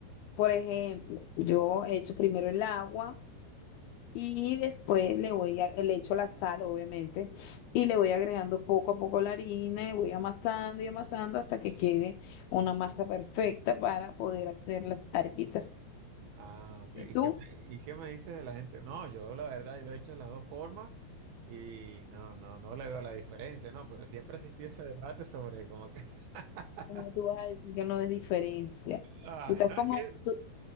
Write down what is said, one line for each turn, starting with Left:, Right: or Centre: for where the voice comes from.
Left: Por ejemplo, yo echo primero el agua y después le voy a, le echo la sal, obviamente, y le voy agregando poco a poco la harina y voy amasando y amasando hasta que quede una masa perfecta para poder hacer las arepitas.
Right: Ah, ok.
Left: ¿Y
Right: ¿Y
Left: tú?
Right: qué, me- y qué me dices de la gente? No, yo la verdad, yo lo he hecho de las dos formas y no, no, no le veo la diferencia, ¿no? Pero siempre ha existido ese debate sobre como que... <laughs>
Left: Como tú vas a decir que no es diferencia?
Right: Ah,
Left: Tú estás
Right: no,
Left: como,
Right: es que,
Left: tú,